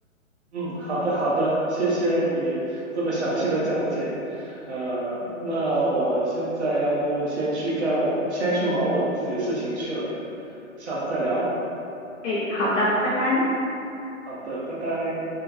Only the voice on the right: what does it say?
嗯，好的，好的，谢谢你这么详细的讲解。呃，那我现在要不先去干我，先去忙我自己的事情去了，下次再聊。
好的，拜拜。